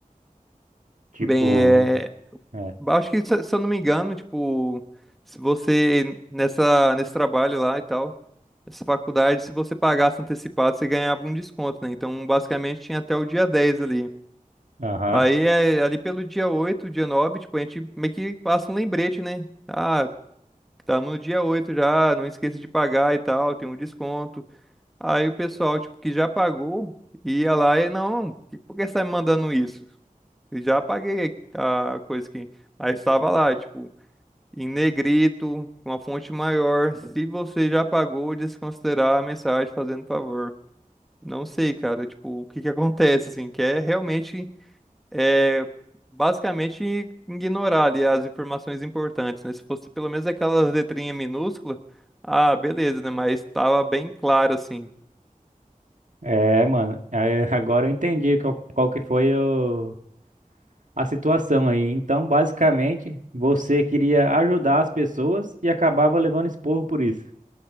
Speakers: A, on the right (about 65°); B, in the centre.
A: Tipo.
B: Bem, é,
A: É.
B: Acho que, se se eu não me engano, tipo, se você, nessa, nesse trabalho lá e tal, essa faculdade, se você pagasse antecipado, você ganhava um desconto, né? Então, basicamente, tinha até o dia 10 ali.
A: Aham.
B: Aí, é, ali pelo dia 8 dia 9 tipo, a gente meio que passa um lembrete, né? Ah, estamos no dia 8 já, não esqueça de pagar e tal, tem um desconto. Aí o pessoal, tipo, que já pagou, ia lá e, não, por que você está me mandando isso? Eu já paguei a coisa que... Aí estava lá, tipo em negrito, com a fonte maior. Se você já pagou, desconsiderar a mensagem fazendo favor. Não sei, cara, tipo, o que que acontece, assim, que é realmente, é, basicamente ignorar ali as informações importantes, né? Se fosse pelo menos aquelas letrinhas minúsculas, ah, beleza, né? Mas tava bem claro, assim.
A: É, mano. é, <laughs> agora eu entendi qual, qual que foi o, a situação aí. Então, basicamente, você queria ajudar as pessoas e acabava levando esporro por isso.